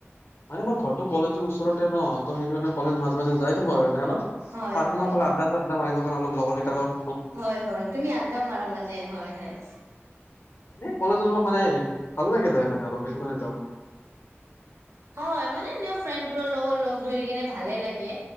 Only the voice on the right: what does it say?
হয়
হয়
হয় হয় তুমি আদ্দাও মাৰা মানে হয় হয়
হয় হয় মানে এনে ফ্ৰেণ্ড বোৰৰ লগত লগ ধৰি কিনে ভালে লাগে